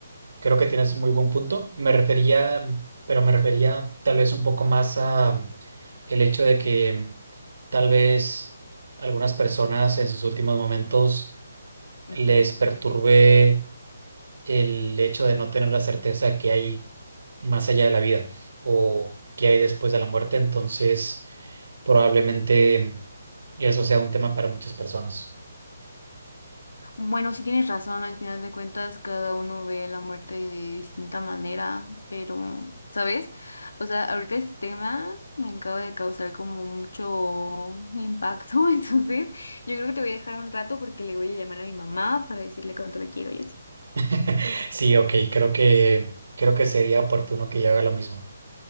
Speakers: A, on the right; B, on the left.
A: creo que tienes un muy buen punto. Me refería, mm, pero me refería tal vez un poco más a mm, el hecho de que mm, tal vez algunas personas en sus últimos momentos
B: Ujú.
A: les perturbe el hecho de no tener la certeza que hay más allá de la vida o que hay después de la muerte. Entonces, probablemente mm, eso sea un tema para muchas personas.
B: Bueno, sí tienes razón, al final de cuentas cada uno ve la muerte de distinta manera, pero, ¿sabes? O sea, ahorita este tema me acaba de causar como mucho impacto, <laughs> entonces yo creo que te voy a dejar un rato porque le voy a llamar a mi mamá para decirle cuánto la quiero y así.
A: <laughs> Sí, ok, creo que, creo que sería oportuno que yo haga lo mismo.